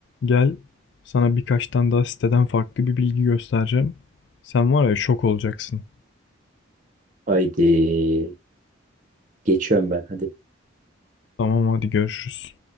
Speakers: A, on the left; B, on the right.
A: gel sana birkaç tane daha siteden farklı bir bilgi göstereceğim. Sen var ya şok olacaksın.
B: Haydi. Geçiyorum ben. Hadi.
A: Tamam hadi görüşürüz.